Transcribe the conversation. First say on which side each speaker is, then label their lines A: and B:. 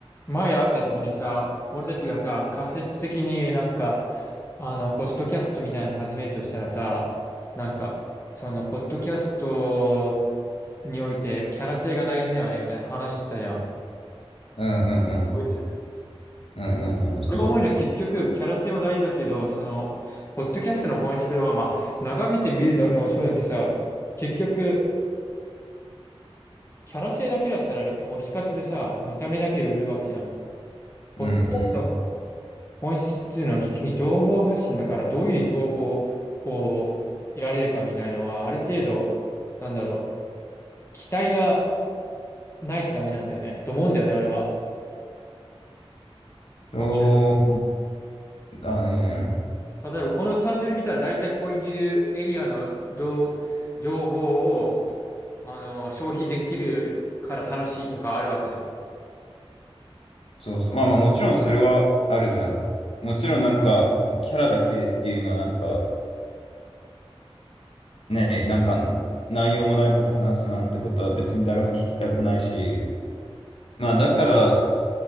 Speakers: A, on the left; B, on the left.
A: 前会った時にさ、俺たちがさ、仮説的になんか、あの、ポッドキャストみたいなの始めるとしたらさ、なんか、その、ポッドキャストにおいてキャラ性が大事だよね、みたいな話してたじゃん。
B: うんうんうん。
A: 覚えてる。
B: うんうんうん。
A: で
B: そ
A: 俺が思うには結局、キャラ性も大事だけど、その、ポッドキャストの本質は、まあ、眺めてみるのもそうだけどさ、結局、キャラ性だけだったら別に推し活でさ、見た目だけで売るわけじゃん。ポッドキャストの本質っていうのは結局情報発信だからどういう情報を得られるかみたいのはある程度なんだろう
B: う。うんうん。
A: 期待がないとダメなんだよねと思うんだよね俺は。
B: そう
A: わかる。
B: だね。
A: 例えばこのチャンネル見たら大体こういうエリアの動情報をあの消費できるから楽しいとかあるわけじゃん。
B: そうそう。まあまあもちろんそれはあるじゃん。もちろんなんか、キャラだけっていうのはなんか、ね、なんか内容もないこと話すなんてことは別に誰も聞きたくないし、まあだから、